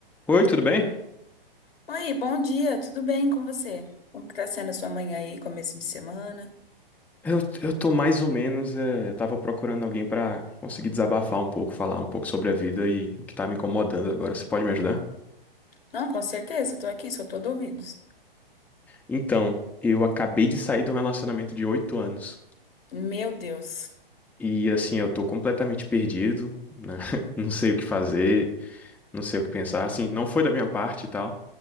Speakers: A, in the centre; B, on the left.
A: Oi, tudo bem?
B: Oi, bom dia, tudo bem com você? Como que tá sendo a sua manhã aí, começo de semana?
A: Eu, eu tô mais ou menos. eh, eu tava procurando alguém pra conseguir desabafar um pouco, falar um pouco sobre a vida e o que tá me incomodando agora. Você pode me ajudar?
B: Não, com certeza, tô aqui, sou todo ouvidos.
A: Então, eu acabei de sair de um relacionamento de oito anos.
B: Meu Deus,
A: E assim, eu tô completamente perdido, né? <laughs> Não sei o que fazer, não sei o que pensar. Assim, não foi da minha parte e tal.